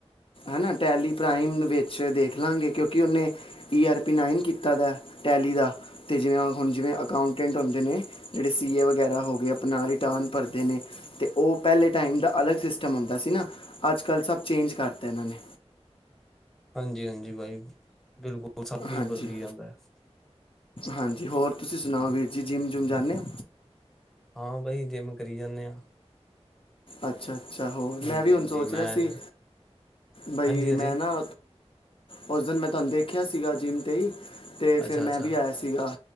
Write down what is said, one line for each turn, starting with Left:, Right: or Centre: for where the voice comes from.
Left: ਹਨਾ, ਟੈਲੀਪ੍ਰਾਈਮ ਵਿੱਚ ਦੇਖ ਲਾਂਗੇ ਕਿਉਂਕਿ, ਉਹਨੇ ਈ-ਆਰ-ਪੀ ਨਾਈਨ ਕੀਤਾ ਦਾ ਅੇ, ਟੈਲੀ ਦਾ ਤੇ ਜਿਵੇਂ ਹੁਣ ਜਿਵੇਂ ਅਕਾਊਂਟੈਂਟ ਹੁੰਦੇ ਨੇ ਜਿਹੜੇ ਸੀ ਏ ਵਗੈਰਾ ਹੋ ਗਏ ਆਪਣਾ ਰਿਟਰਨ ਭਰਦੇ ਨੇ ਤੇ ਉਹ ਪਹਿਲੇ ਟਾਈਮ ਦਾ ਅਲੱਗ ਸਿਸਟਮ ਹੁੰਦਾ ਸੀ ਨਾ, ਅੱਜ-ਕੱਲ੍ਹ ਸਭ ਚੇਂਜ ਕਰਤਾ ਇਹਨਾਂ ਨੇ।
Centre: ਹਾਂਜੀ-ਹਾਂਜੀ ਬਾਈ, ਬਿਲਕੁਲ। ਸਭ ਕੁਛ
Left: ਹਾਂਜੀ,
Centre: ਬਦਲੀ ਜਾਂਦਾ ਐ,
Left: ਹਾਂਜੀ ਹੋਰ ਤੁਸੀਂ ਸੁਣਾਓ ਵੀਰ ਜੀ ਜਿੰਮ-ਜੁਮ ਜਾਂਦੇ ਓ?
Centre: ਹਾਂ ਬਾਈ ਜਿੰਮ ਕਰੀ ਜਾਂਦੇ ਆ।
Left: ਅੱਛਾ-ਅੱਛਾ ਹੋਰ,
Centre: ਹਾਂਜੀ-ਹਾਂਜੀ
Left: ਮੈਂ ਵੀ ਹੁਣ ਸੋਚ
Centre: ਮੈਂ,
Left: ਰਿਹਾ ਸੀ ਬਈ
Centre: ਹਾਂਜੀ-ਹਾਂਜੀ,
Left: ਮੈਂ ਨਾ ਉਸ ਦਿਨ ਮੈਂ ਤੁਹਾਨੂੰ ਦੇਖਿਆ ਸੀਗਾ ਜਿੰਮ 'ਤੇ ਹੀ ਤੇ
Centre: ਅੱਛਾ-ਅੱਛਾ,
Left: ਫਿਰ ਮੈਂ ਵੀ ਆਇਆ ਸੀਗਾ,